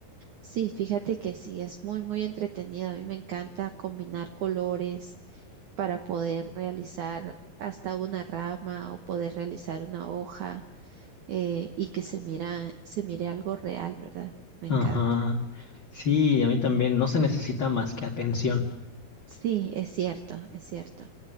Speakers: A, on the right; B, on the left.
A: Sí, fíjate que sí, es muy, muy entretenido. A mí me encanta combinar colores para poder realizar hasta una rama o poder realizar una hoja eh, y que se mira, se mire algo real, ¿verdad? Me
B: Ajá.
A: encanta.
B: Sí, a mí también. No se necesita más que atención.
A: Sí, es cierto, es cierto.